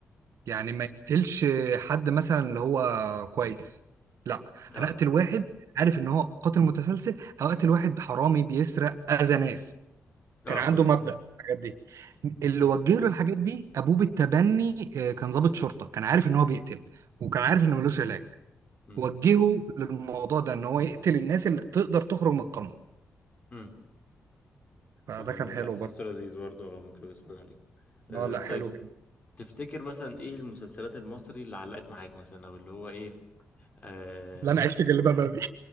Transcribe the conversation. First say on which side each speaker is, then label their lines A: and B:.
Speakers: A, on the right; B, on the left.
A: يعني ما يقتلش حد مثلا اللي هو كويس لا
B: اه
A: انا اقتل واحد عارف ان هو قاتل متسلسل او اقتل واحد حرامي بيسرق اذى ناس
B: اه
A: كان عنده
B: فهمتك
A: مبدأ الحاجات دي اللي
B: امم
A: وجه له الحاجات دي ابوه بالتبني آه، كان ضابط شرطة كان عارف ان هو بيقتل وكان عارف
B: اوكي
A: ان ملوش علاج
B: امم
A: وجهه للموضوع ده ان هو يقتل الناس اللي تقدر تخرج من القانون
B: امم
A: فده
B: آه
A: كان حلو
B: لا حاسه
A: برضه
B: لذيذ برضه اه ممكن اتفرج عليه آه
A: اه لا
B: طيب
A: حلو جدا
B: تفتكر مثلا ايه المسلسلات المصري اللي علقت معاك مثلا او اللي هو ايه اه,
A: لا انا عايش في جلباب ابي